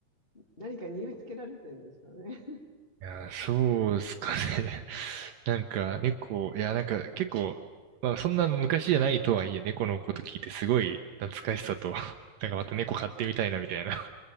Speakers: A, on the left; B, on the right.
A: 何か匂いつけられてるんですかね。
B: いや、そうですかね。<laughs> なんか猫、いや、なんか結構、まあそんな昔じゃないとはいえ、猫のこと聞いてすごい懐かしさと、<laughs> なんかまた猫飼ってみたいなみたいな